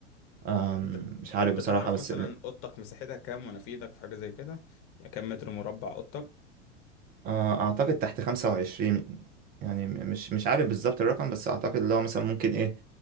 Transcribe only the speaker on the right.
آم،
مش عارف
بصراحه
بس
ال-
آه، اعتقد تحت 25 يعني م- مش مش عارف بالظبط الرقم بس اعتقد اللي هو مثلا ممكن ايه